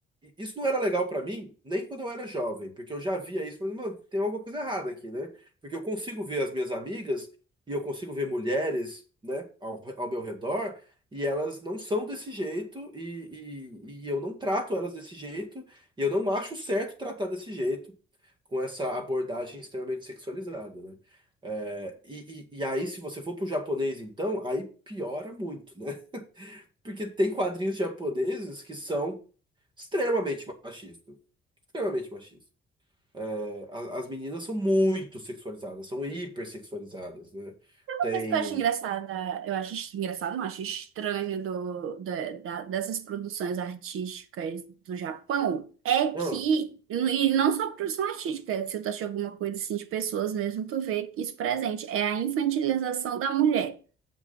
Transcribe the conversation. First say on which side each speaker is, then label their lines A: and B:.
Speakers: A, on the right; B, on the right.
A: isso não era legal pra mim, nem quando eu era jovem, porque eu já via isso, falando, mano, tem alguma coisa errada aqui, né? Porque eu consigo ver as minhas amigas e eu consigo ver mulheres, né, ao, ao meu redor, e elas não são desse jeito e, e, e eu não trato elas desse jeito e eu não acho certo tratar desse jeito com essa abordagem extremamente sexualizada, né? É, e, e, e aí, se você for pro japonês, então, aí piora muito, né? Porque tem quadrinhos japoneses que são extremamente machistas. Extremamente machistas. É, a- as meninas são muito sexualizadas, são hipersexualizadas, né?
B: Uma
A: Tem.
B: coisa que eu acho engraçada, eu acho est- engraçado, não, acho estranho do, da, da- dessas produções artísticas do Japão é
A: Não,
B: que, e não só produção artística, se tu achar alguma coisa assim de pessoas mesmo, tu vê isso presente, é a infantilização da mulher.